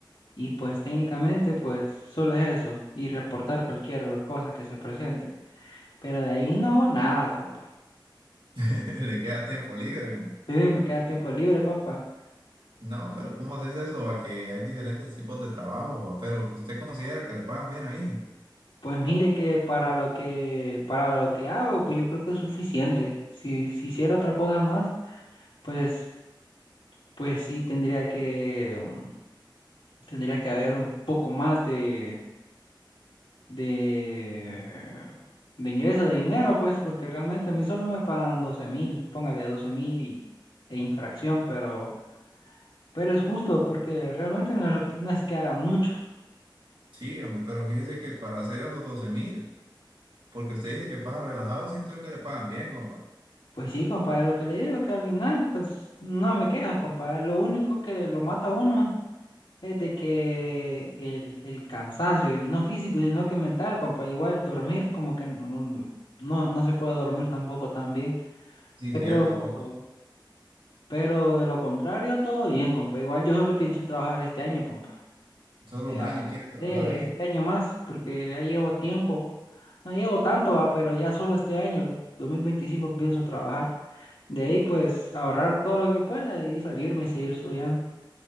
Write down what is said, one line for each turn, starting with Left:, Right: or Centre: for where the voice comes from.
Left: y pues técnicamente pues solo es eso y reportar cualquier cosa que se presente. Pero de ahí no hago nada, compa.
Right: <laughs> ¿Le queda tiempo libre? como,
Left: Sí, me queda tiempo libre, compa.
Right: No, pero ¿cómo haces eso? A que hay diferentes tipos de trabajo, ¿va? pero que usted considera que le pagan bien ahí.
Left: Pues mire que para lo que para lo que hago, pues yo creo que es suficiente. Si, si hiciera otra cosa más, pues pues sí tendría que um, tendría que haber un poco más de de de ingreso de dinero, pues porque realmente a mí solo me pagan doce mil, póngale doce mil y e infracción, pero pero es justo porque realmente no es, lo que- no es que haga mucho.
Right: Sí, hombre, pero fíjese que para hacer esos doce mil, porque usted dice que paga relajado, siento yo que le pagan bien, compa.
Left: Pues sí, compadre, lo que le digo que al final, pues no me quejo, compadre. Lo único que lo mata a uno Es de que el, el cansancio, y no físico, sino que mental, compa, igual dormir como que no, no, no, no- no se puede dormir tampoco tan bien,
Right: Sí,
Left: pero,
Right: cierto, compa.
Left: pero de lo contrario, todo bien, compa, igual yo solo pienso trabajar este año, compa,
Right: Solo
Left: Eh,
Right: un
Left: ah,
Right: año quiere trabajar
Left: sí, este
Right: ahí
Left: año más, porque ya llevo tiempo, no llevo tanto, va, pero ya solo este año, 2025, pienso trabajar, de ahí pues ahorrar todo lo que pueda y de ahí salirme y seguir estudiando,